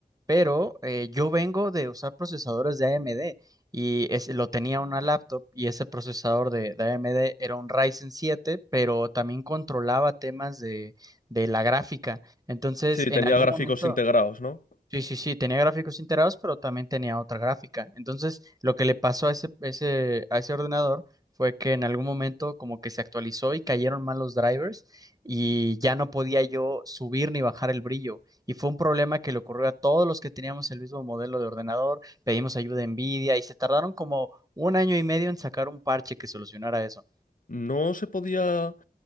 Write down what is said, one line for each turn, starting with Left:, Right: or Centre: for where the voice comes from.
Right: pero eh, yo vengo de usar procesadores de AMD y es- lo tenía una laptop y ese procesador de, de AMD era un Ryzen 7, pero también controlaba temas de, de la gráfica. Entonces,
Left: Sí,
Right: en
Left: tenía
Right: algún
Left: gráficos
Right: momento...
Left: integrados, ¿no?
Right: Sí, sí, sí, tenía gráficos integrados, pero también tenía otra gráfica. Entonces, lo que le pasó a ese, ese- a ese ordenador fue que en algún momento como que se actualizó y cayeron mal los drivers y ya no podía yo subir ni bajar el brillo. Y fue un problema que le ocurrió a todos los que teníamos el mismo modelo de ordenador, pedimos ayuda a Nvidia y se tardaron como un año y medio en sacar un parche que solucionara eso.
Left: No se podía